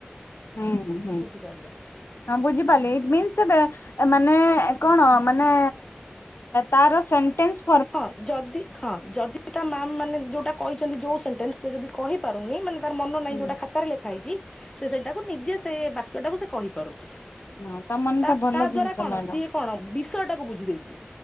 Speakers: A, on the left (about 75°); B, on the left (about 20°).
A: ହୁଁ ହୁଁ
B: ବୁଝିପାରିଲେ।
A: ବୁଝିପାରିଲେ ଇଟ ମିନ୍ସ ସେବେ ମାନେ କଣ? ମାନେ ତାର ସେଣ୍ଟେନସ୍।
B: ହଁ ଯଦି ହଁ ଯଦି ତା ମ୍ୟାମ ମାନେ ଯୋଉଟା କହିଛନ୍ତି ଯୋଉ ସେଣ୍ଟ ଦେନ୍ ସିଏ ଯଦି କହିପାରୁନି ମାନେ ତାର ମନ ନାହିଁ
A: ହୁଁ
B: ଯଉଟା ଖାତାରେ ଲେଖା ହେଇଚି । ସେ ସେଇଟାକୁ ନିଜେ ସେ ବାକ୍ୟଟାକୁ ସେ କହିପାରୁଚି।
A: ହଁ ତମାନେ
B: ତା
A: ତ ଭଲ
B: ତା
A: ଜିନିଷ
B: ଦ୍ଵାରା କଣ
A: ମ୍ୟାଡାମ
B: ସିଏ କଣ ବିଷୟ ଟାକୁ ବୁଝି ଦେଇଚି।